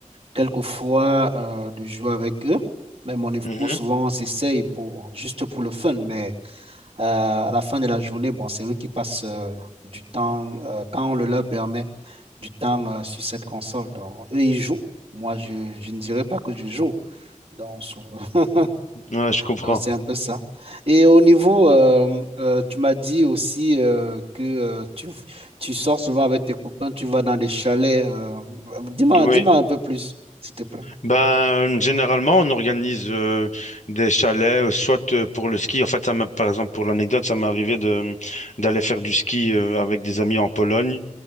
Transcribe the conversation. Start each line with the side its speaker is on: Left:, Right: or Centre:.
Right: quelquefois euh, de jouer avec eux, mais mon époux,
Left: Mhm.
Right: souvent, on s'essaye pour, juste pour le fun, mais euh, à la fin de la journée, bon, c'est eux qui passent euh, du temps, euh, quand on le leur permet, du temps euh, sur cette console. Donc, eux, ils jouent. Moi, je, je ne dirais pas que je joue. Donc, souvent. <laughs>
Left: Ouais, je comprends.
Right: Donc, c'est un peu ça. Et au niveau, euh, euh, tu m'as dit aussi euh, que euh, tu, tu sors souvent avec tes copains, tu vas dans les chalets. euh, dis-moi,
Left: Oui.
Right: dis-moi un peu plus, s'il te plaît.
Left: Ben, généralement, on organise euh, des chalets, euh, soit euh, pour le ski. En fait, ça m'a, par exemple, pour l'anecdote, ça m'est arrivé de d'aller faire du ski euh, avec des amis en Pologne.